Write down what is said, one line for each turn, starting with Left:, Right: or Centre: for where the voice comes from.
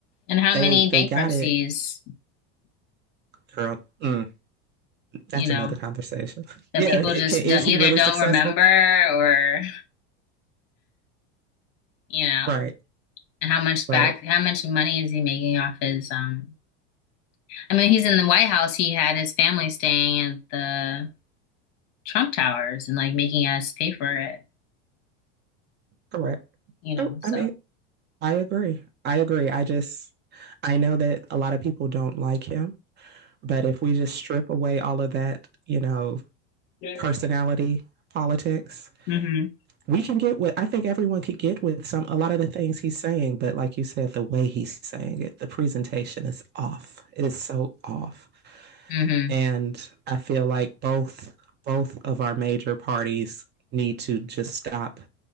Left: And how
Right: They
Left: many
Right: they
Left: bankruptcies,
Right: got it, girl. Mm, that's
Left: you know,
Right: another conversation. <laughs>
Left: that
Right: Yeah,
Left: people
Right: it
Left: just
Right: can, is
Left: don't, either
Right: he really
Left: don't
Right: successful?
Left: remember or, you know,
Right: Right,
Left: and how much
Right: right,
Left: back, how much money is he making off his, um, I mean, he's in the White House. He had his family staying at the Trump Towers and like making us pay for it,
Right: correct.
Left: you know,
Right: Oh,
Left: so.
Right: I mean, I agree. I agree. I just I know that a lot of people don't like him, but if we just strip away all of that, you know,
Left: Yeah.
Right: personality politics,
Left: Mm-hmm.
Right: we can get what I think everyone could get with some a lot of the things he's saying, but like you said, the way he's saying it, the presentation is off. It is so off.
Left: Mm-hmm.
Right: And I feel like both both of our major parties need to just stop